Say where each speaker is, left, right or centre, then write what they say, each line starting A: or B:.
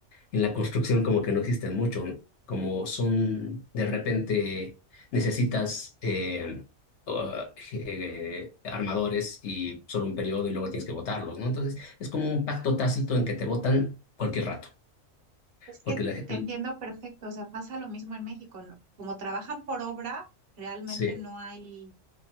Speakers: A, on the left (about 60°); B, on the right (about 55°).
A: en la construcción como que no existen mucho, ¿no? como son de repente necesitas eh, uh, eh, armadores y solo un periodo y luego tienes que votarlos, ¿no? Entonces es como un pacto tácito en que te votan cualquier rato,
B: Es
A: porque
B: que
A: la, gen-
B: te entiendo perfecto, o sea, pasa lo mismo en México, ¿no? Como trabajan por obra, realmente
A: sí,
B: no hay,